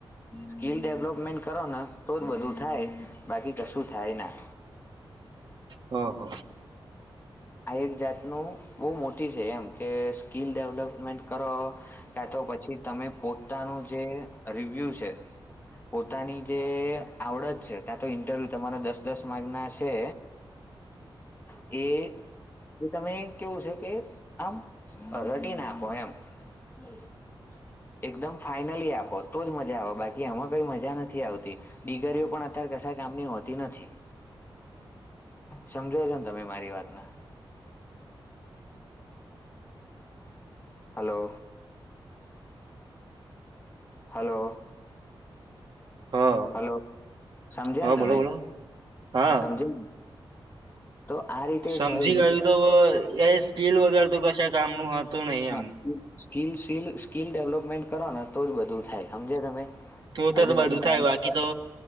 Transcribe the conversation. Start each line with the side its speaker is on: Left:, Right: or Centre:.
Left: સ્કીલ ડેવલોપટમેન્ટ કરો ને તો જ બધું થાય. બાકી કશું થાય ના.
Right: હહ હહ
Left: આ એક જાતનું બહુ મોટી છે એમ કે સ્કિલ ડેવલોપમેન્ટ કરો. કાં તો પછી તમે પોતાનું જે રિવ્યુ છે. પોતાની જે આવડત છે કાં તો ઈન્ટરવ્યુ તમારા દસ દસ માર્કના છે.
Right: <inaudible>
Left: એ એ તમે કેવું છે કે આમ રટી નાખો એમ. હમ એકદમ ફાઈનલી આપો તો જ મજા આવે. બાકી આમાં કઈ મજા નથી આવતી. દિગરીઓ પણ અત્યારે કશાય કામની હોતી નથી.
Right: હ <inaudible>
Left: સમજો છો ને તમે મારી વાતને? હલો હલો
Right: હા
Left: હલો સમજ્યા
Right: હા
Left: ને તમે?
Right: બોલો બોલો હા
Left: સમજાઈ ગયું? તો આ રીતે
Right: સમજી
Left: જ હોય
Right: ગયું તો એ સ્કીલ વગર તો કશા કામનું હતું નહી એમ
Left: હા સ્કીલીલ <unintelligible> સ્કીિલ ડેવલપમેન્ટ કરો ને તો જ બધું થાય સમજે તમે-
Right: તો
Left: હજુ
Right: તો
Left: તમે
Right: બધું
Left: ટ્રાય
Right: થાય બાકી
Left: કરો
Right: તો